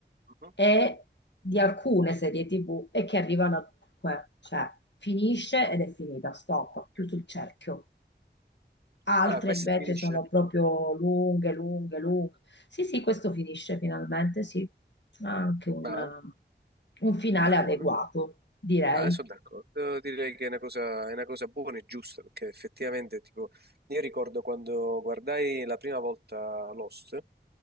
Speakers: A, on the right (about 60°); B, on the left (about 75°).
A: Mhm.
B: e di alcune serie TV è che arrivano a dunque, cioè finisce ed è finita, stop, chiuso il cerchio. altre
A: Ah, questa
B: invece
A: finisce?
B: sono proprio lunghe, lunghe, lunghe. Sì, sì, questo finisce finalmente, sì. Ha Anche un,
A: Ma,
B: eh, un finale
A: ma buono.
B: adeguato, direi.
A: Ma sono d'accordo, direi che è una cosa, è una cosa buona e giusta, perché effettivamente, tipo, io ricordo quando guardai la prima volta Lost,